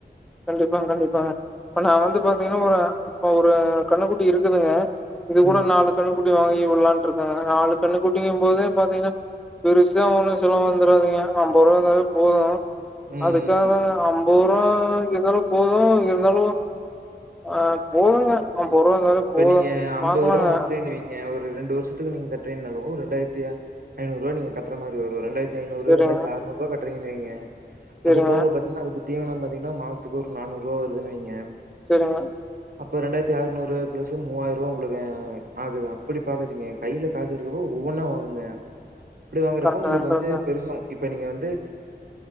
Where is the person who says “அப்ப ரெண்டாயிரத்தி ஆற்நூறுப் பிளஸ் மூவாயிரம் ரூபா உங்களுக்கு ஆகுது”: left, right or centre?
Right